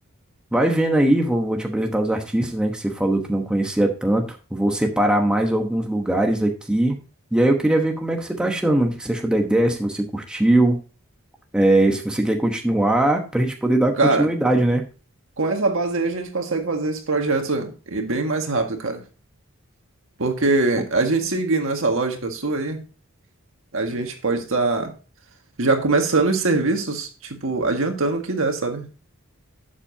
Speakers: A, in the centre; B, on the right (about 60°).
A: vai vendo aí, vou, vou te apresentar os artistas, né, que você falou que não conhecia tanto. Vou separar mais alguns lugares aqui. E aí eu queria ver como é que você tá achando, mano, o que que você achou da ideia, se você curtiu, eh, se você quer continuar, pra gente poder dar
B: Cara,
A: continuidade, né?
B: com essa base aí a gente consegue fazer esse projeto e bem mais rápido, cara. Porque
A: Co-
B: a gente seguindo essa lógica sua aí, a gente pode estar já começando os serviços, tipo, adiantando o que der, sabe?